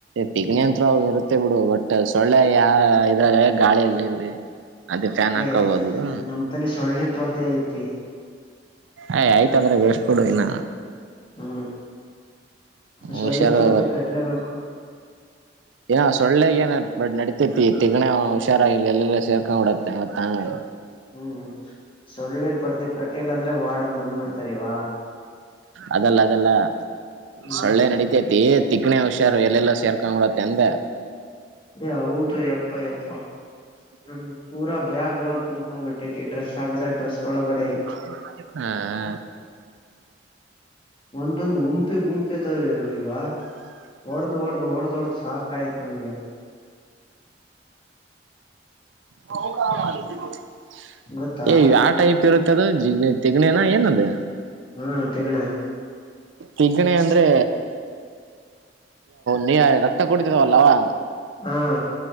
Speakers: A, on the right (about 80°); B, on the left (about 30°).
A: ತಿಗಣೆ ಅಂತ್ರ ಇರುತ್ತೆ ಬಿಡು ಬಟ್ ಸೊಳ್ಳೆ ಯ ಇದ್ರಾಗ ಗಾಳಿ ಎಲ್ಲಿ ಇರದೆ. ಅದು ಫ್ಯಾನ್ ಹಾಕಬೋದು
B: ಏ
A: ಬಿಡು.
B: ನಮ್ ಸೊಳ್ಳೆ ಪರ್ದೆೆ ಐತಿ.
A: ಆಯ್ತ್ ಆಯ್ತಂದ್ರೆ <unintelligible> ದಿನ.
B: ಹ್ಹಾ. ಸೊಳ್ಳೆ
A: ಹುಷಾರು
B: ಪರದೇ ಕಟ್ಲೇ ಬೇಕು.
A: ಯಾ ಸೊಳ್ಳೆ ಏನ ನಡೀತೈತಿ ತಿಗಣೆ ಹುಷಾರಾಗಿರಿ ಎಲ್ಲ ಸೇರ್ಕೊಂಡ್ ಬಿಡತ್ತೆ ಮತ್ತ ಆಮೇಲೆ.
B: ಹ್ಮ್ ಸೊಳ್ಳೆ ಪರ್ದ ಕಟ್ಟಿಲ್ಲ ಅಂದ್ರೆ ವಾರ್ಡನ್ ಬಂದ್ಬಿಡ್ತಾರಲ್ವ.
A: ಅದಲ್ಲ ಅದಲ್ಲ
B: ಹ್ಮ್
A: ಸೊಳ್ಳೆ ನಡಿತೈತಿ. ತಿಗಣೆ ಹುಷಾರು ಎಲ್ಲೆಲ್ಲೊ ಸೇರ್ಕೊಂಡು ಬಿಡುತ್ತತಂದೆ.
B: ಏಯ್ ಹೌದು ಎಪ್ಪ ಎಪ್ಪ ಹ್ಮ ಪೂರ ಬ್ಯಾಗೋಳಗ್ ತುಂಬಕಂದ ಬಿಟ್ಟೈತಿ ಡ್ರೆಸ್ಸಾಗದ ಡ್ರೆಸ್ ಒಳಗಡೆ ಐತಿ.
A: ಹ್ಮ್,
B: ಒಂದೊಂದು ಗುಂಪೆ ಗುಂಪಿದಾವ ಈವಾ ಒಡ್ದ -ಒಡ್ದ, ಒಡ್ದ್- ಒಡ್ದು ಸಾಕ ಆಯ್ತು ನಮಗೆ.
A: ಹೌದ <unintelligible> <inaudible>
B: ಗೊತ್ತಾ
A: ಏಯ್ ಯಾವ ಟೈಪ್ ಇರುತ್ತೆ ಅದು ತಿಗಣೆನ ಏನದು?
B: ಹ್ಮ್, ತಿಗಣೆ.
A: ತಿಗಣೆ ಅಂದ್ರೆ,, ನೀ ರಕ್ತ ಕುಡ್ತ್ಯಾವಲ್ಲಾ ಅವಾ
B: ಹ <inaudible>